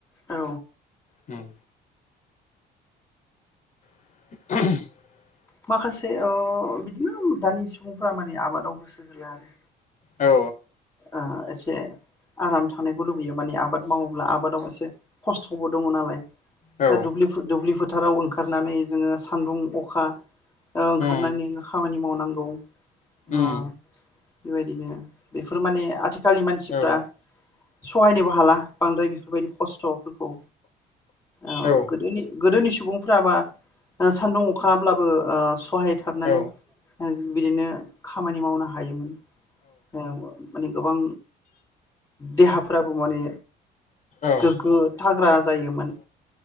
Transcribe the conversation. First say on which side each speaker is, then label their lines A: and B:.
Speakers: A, on the left; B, on the left.
A: औ।
B: उम। <unintelligible>
A: माखासे ओ बिदिनो दानि सुबुंफोरा माने आबादाव गोसो होला आरो।
B: औ
A: ओ एसे आराम थानायखौ लुबैयो माने आबाद मावोब्ला आबादाव एसे खस्थ'बो दङ नालाय।
B: औ
A: दा दुबलिफुद दुबलि फुद फोथाराव ओंखारनानै जोङो सान्दुं अखा ओ ओंखारनायनिनो
B: उम
A: खामानि माव मावनांगौ ओ
B: उम
A: बेबायदिनो बेफोर माने आथि खालनि मानसिफ्रा
B: औ
A: सहायनोबो हाला बांद्राय बेफोरबायदि खस्थ'फोरखौ ओ
B: औ
A: गोदोनि गोदोनि सुबुंफ्राबा सान्दुं अखायाब्लाबो ओ सहायथाबनानै
B: औ
A: ओ बिदिनो खामानि मावनो हायोमोन। औ माने गोबां देहाफ्राबो माने
B: औ
A: गोग्गो थाग्रा जायोमोन